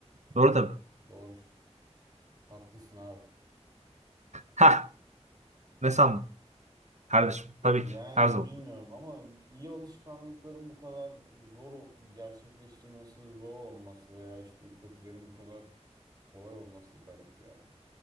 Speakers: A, on the right; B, on the right.
A: Doğru tabii.
B: Doğrusun. Haklısın abi.
A: Ha, ne sandın? Kardeşim tabii
B: Yani
A: ki. Her zaman.
B: bilmiyorum ama iyi alışkanlıkların bu kadar zor o- gerçekleştirmesi, zor olması veya işte kötülerin bu kadar kolay olması garip ya.